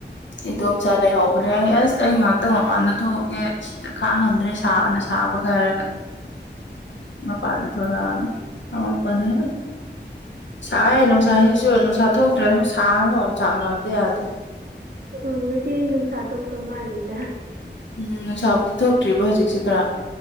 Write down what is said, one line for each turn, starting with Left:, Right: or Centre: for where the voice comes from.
Left: ꯏꯗꯣꯝꯆꯥ ꯂꯩꯍꯧꯕꯅꯦ ꯑꯩ ꯑꯁ ꯑꯩ ꯉꯥꯏꯍꯥꯛꯇꯪ ꯃꯄꯥꯟꯗ ꯊꯣꯛꯑꯒꯦ ꯁꯤꯗ ꯈꯥꯛ ꯉꯝꯗ꯭ꯔꯦ ꯁꯥꯕꯅ ꯂꯥꯕꯀꯔ ꯃꯄꯥꯥꯗ ꯊꯔꯥ ꯑꯋꯥꯄꯅꯦ ꯁꯥꯏ ꯅꯨꯡꯁꯥꯁꯤꯁꯨ ꯅꯨꯡꯁꯥ ꯊꯣꯛꯇ꯭ꯔꯁꯨ ꯁꯥꯕꯅꯝ ꯆꯥꯛꯅꯕꯗꯤ ꯌꯥꯗ꯭ꯔꯦ
Right: ꯎꯪ ꯉꯁꯤ ꯅꯨꯡꯁꯥ ꯊꯣꯛꯣꯛꯇꯧ ꯃꯥꯜꯂꯤꯦꯗ
Left: ꯎꯝ ꯅꯨꯡꯁꯥꯕꯨꯗꯤ ꯊꯣꯛꯇ꯭ꯔꯤꯕꯣ ꯍꯧꯖꯤꯛꯁꯦ ꯈꯔ